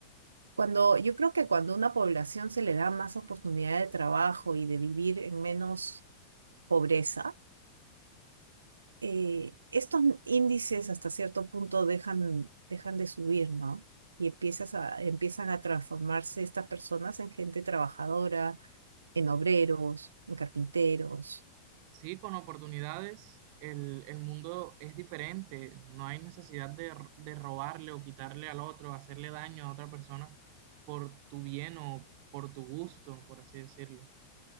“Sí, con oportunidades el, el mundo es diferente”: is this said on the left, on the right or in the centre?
Right